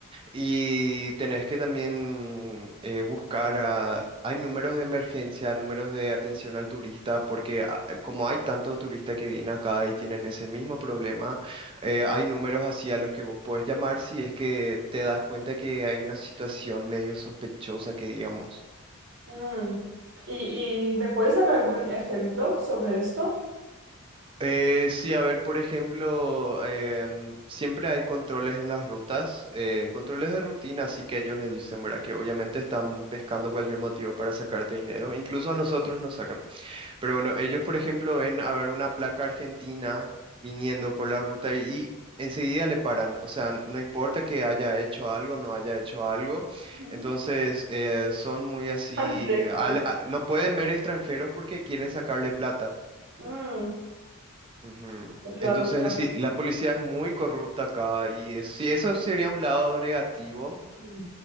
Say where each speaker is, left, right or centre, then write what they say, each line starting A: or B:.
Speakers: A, on the right (about 25°); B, on the right (about 55°).
A: Y tenés que también eh, buscar, ah, hay números de emergencia, números de atención al turista, porque ah, eh, como hay tantos turistas que vienen acá y tienen ese mismo problema, eh, hay números así a los que vos podés llamar si es que te das cuenta que hay una situación medio sospechosa que digamos.
B: Mm. ¿Y, y me puedes dar algún ejemplo sobre esto?
A: Eh, sí, a ver, por ejemplo, em, siempre hay controles en las rutas, eh, controles de rutina, así que ellos les dicen, ¿verdad? Que obviamente están pescando cualquier motivo para sacarte dinero, incluso a nosotros nos sacan. Pero bueno, ellos, por ejemplo, ven a ver una placa argentina viniendo por la ruta y, y enseguida le paran, o sea, no importa que haya hecho algo, no haya hecho algo,
B: Ujú.
A: entonces eh, son muy así,
B: Tan Directo.
A: al- a- no pueden ver extranjeros porque quieren sacarle plata.
B: Mm,
A: Ujú.
B: Claro,
A: Entonces,
B: claro.
A: sí, la policía es muy corrupta acá y es- sí, eso sería un lado negativo,
B: Mm.